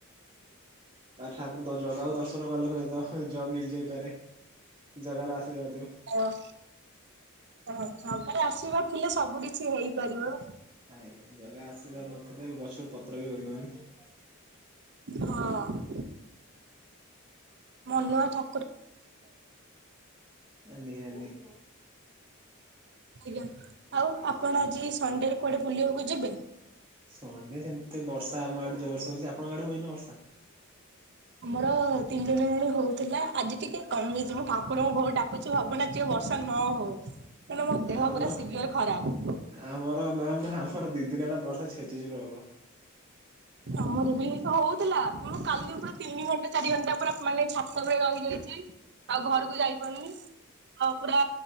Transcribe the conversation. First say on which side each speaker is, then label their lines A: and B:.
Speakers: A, on the right; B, on the right.
A: ଆ ଠାକୁର ତ ଜଗାକୁ ଦର୍ଶନ କଲେ ହୁଏ ତ ଜବ ମିଳିଯାଇପାରେ ଜଗାର ଆଶୀର୍ବାଦରୁ।
B: ଓ ଓ ଜଗାର ଆଶୀର୍ବାଦ ଥିଲେ ସବୁ କିଛି ହେଇପାରିବ।
A: ଆଜ୍ଞା ଜଗା ଆଶିର୍ବାଦ ନଥିଲେ ଗଛରୁ ପତ୍ର ବି ଓଳିବନି।
B: ହଁ ମନୁଆ ଠା
A: ନିହାତି
B: ଥିଲା ଆଉ ଆପଣ ଆଜିଏଇ ସଣ୍ଡେରେ କୁଆଡେ ବୁଲିବାକୁ ଯିବେ?
A: ସଣ୍ଡେ ସେମିତି ବର୍ଷା ଆମ ଆଡ଼େ ଜୋର୍ ସେ ହୋଉଛି ଆପଣଙ୍କ ଆଡେ ହଉନି ନା ବର୍ଷା?
B: ଆମର ତିନି ଦିନ ହେଲେ ହଉଥିଲା ଆଜି ଟିକେ କମିଛି ମ ଠାକୁରଙ୍କୁ ବହୁତ ଡାକୁଛିି ଚ ଭାବନା ଜି ଆଉ ବର୍ଷା ନ ହଉ କାରଣ ମୋ ଦେହ
A: ଆମର
B: ପୁରା ସିଭିଅର ଖରାପ।
A: ଆମର ମ୍ୟାମ ଆମର ଦି ଦିନ ହେଲା ବର୍ଷା ଛେଚୁଛି ପ୍ରବଳ।
B: ଆମର ବି ହଉଥିଲା ମୁଁ କାଲି ପୁଣି ତିନି ଘଣ୍ଟା ଚାରି ଘଣ୍ଟା ପୁରା ମାନେ ଛାତ ଉପରେ ରହିଗଲି ଯେ ଆଉ ଘରକୁ ଯାଇପାରୁନି ମୁଁ ପୁରା